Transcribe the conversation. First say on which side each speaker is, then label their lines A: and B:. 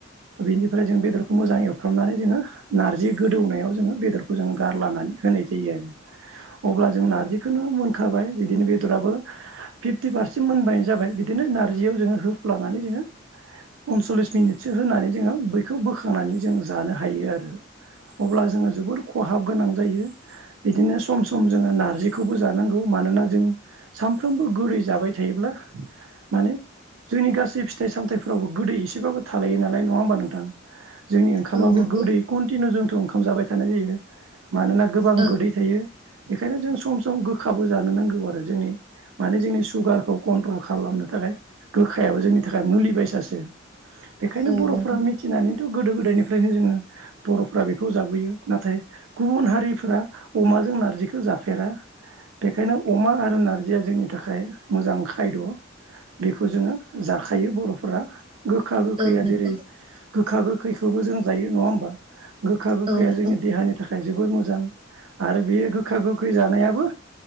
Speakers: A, on the right; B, on the right.
A: बेनिफ्राय जों बेदरखौ मोजां एवफ्रामनानै जोङो नारजि गोदौनायाव जोङो बेदर बेसोरखौ जोङो गारनानै होनाय जायो आरो अब्ला जों नारजिखौनो मोनखाबाय बिदिनो बेदराबो फिफ्टि पारसेन्ट मोनबायानो जाबाय बिदिनो नारजियाव जोङो होफ्लानानै जोङो पनसल्लिस मिनिटसो होनानै जोङो बैखौ बोखांनानै जों जानो हायो आरो अब्ला जोङो जोबोर खहाब गोनां जायो बिदिनो सम सम जोङो नारजिखौबो जानांगौ मानोना जों सानफ्रोमबो गुरै जाबाय थायोब्ला माने जोंनि गासै फिथाइ सामथायफोरावबो गोदै एसेबाबो थालायो नालाय नङा होमबा नोंथां जोंनि ओंखामाबो
B: औ नंगौ
A: गोदै
B: औ नंगौ
A: कन्टिनिउ जोंथ ओंखाम जाबाय थानाय जायो मानोना गोबां
B: औ
A: गोदै थायो बेखायनो जों सम सम गोखाबो जानो नांगौ आरो जोंनि माने जोंनि सुगारखौ कन्ट्रल खालामनो थाखाय गोखायाबो जोंनि थाखाय मुलि बायसासो बेखायनो
B: औ
A: बर'फोरा
B: नंगौ
A: मिथिनानै गोदो गोदायनिफ्रायनो जोङो बर'फ्रा बेखौ जाबोयो नाथाय गुबुन हारिफ अमा जों नारजिखौ जाफेरा बेखायनो अमा आरो नारजिया जोंनि थाखाय मोजां खायद बेखौ जोङो जाखायो बर'फोरा। गोखा गोखैया
B: औ नंगौ
A: जेरै गोखा गोखैखौबो जों जायो नङा होमबा? गोखा गोखैआ
B: औ नंगौ
A: जोंनि देहानि थाखाय जोबोर मोजां आरो बेयो गोखा गोखै जानायाबो